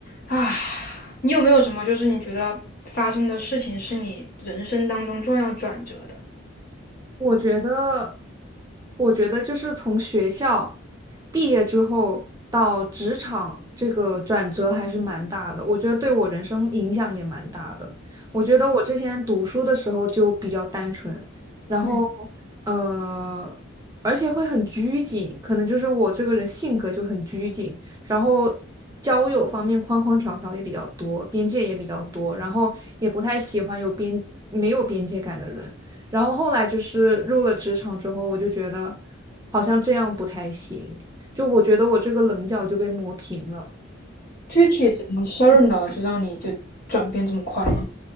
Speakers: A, on the left; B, on the right.
A: 啊，你有没有什么就是你觉得发生的事情是你人生当中重要转折的？
B: 我觉得，我觉得就是从学校毕业之后到职场，这个转折还是蛮大的。我觉得对我人生影响也蛮大的。我觉得我之前读书的时候就比较单纯，然后
A: 嗯，
B: 呃，而且会很拘谨，可能就是我这个人性格就很拘谨，然后交友方面框框条条也比较多，边界也比较多，然后也不太喜欢有边没有边界感的人。然后后来就是入了职场之后，我就觉得好像这样不太行，就我觉得我这个棱角就被磨平了。
A: 具体什么事儿呢？就让你就转变这么快？